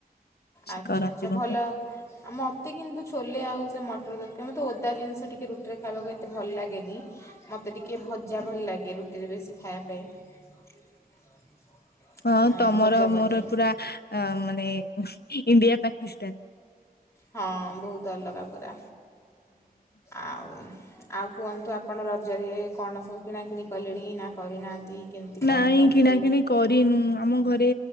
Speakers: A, on the left; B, on the left.
A: ସେ
B: ଆଚ୍ଛା
A: କରନ୍ତି
B: ଆଚ୍ଛା
A: ମୋ
B: ଭଲ।
A: ପାଇଁ
B: ଆଉ ମୋତେ କିନ୍ତୁ ଛୋଲେ ଆଉ ସେ ମଟର ଦରକାର ମୋତେ ଓଦା ଜିନିଷ ଟିକିେ ରୁଟିରେ ଖାଇବାକୁ ଏତେ ଭଲ ଲାଗେନି ମତେ ଟିକେ ଭଜା ଭଲ ଲାଗେ ରୁଟିରେ ବେଶୀ ଖାଇବା ପାଇଁ।
A: ହଁ
B: ଆଁ,
A: ତମର
B: ଭଜା ଭଜି।
A: ମୋର ପୁରା ମାନେ ଇଣ୍ଡିଆ ପାକିସ୍ତାନ।
B: ହଁ ବହୁତ ଅଲଗା ପୁରା ଆଉ ଆଉ କୁହନ୍ତୁ ଆପଣ ରଜରେ କଣ ସବୁ କିଣାକିଣି କଲେଣି ନା କରିନାହାନ୍ତି? କେମିତି
A: ନାଇଁ
B: କଣ ଚାଲିଛି?
A: କିଣା କିିଣି କରିନୁ ଆମ ଘରେ